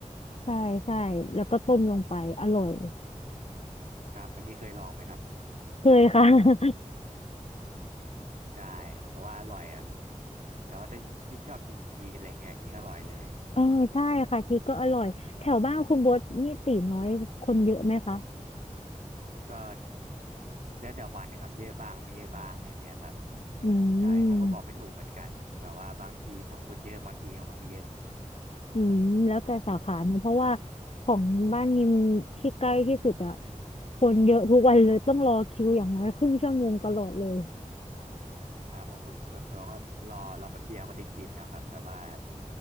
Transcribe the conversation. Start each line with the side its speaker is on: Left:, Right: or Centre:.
Left: ใช่ใช่แล้วก็ต้มลงไปอร่อย
Right: ครับอันนี้เคยลองไหมครับ
Left: เคยค่ะ
Right: ใช่เพราะว่าอร่อยอ่ะแต่ว่าจะยิ่งชอบกินชีสอะไรเงี้ยยิ่งอร่อยเลย
Left: เออใช่ค่ะชีสก็อร่อยแถวบ้านคุณโบทนี่ตีน้อยคนเยอะไหมคะ
Right: ก็แล้วแต่วันนะครับเยอะบ้างไม่เยอะบ้างอะไรเนี้ยครับ
Left: อืม
Right: ใช่ผมก็บอกไม่ถูกเหมือนกันแบบว่าบางทีมันก็คนเยอะบางทีก็คนไม่เยอะ
Left: อืมแล้วแต่สาขาเนอะเพราะว่าของบ้านนิมที่ใกล้ที่สุดอะคนเยอะทุกวันเลยต้องรอคิวอย่างน้อยครึ่งชั่วโมงตลอดเลย
Right: ครับของผมส่วนตัวก็รอรอแป๊บเดียวก็ได้กินแล้วครับแบบว่า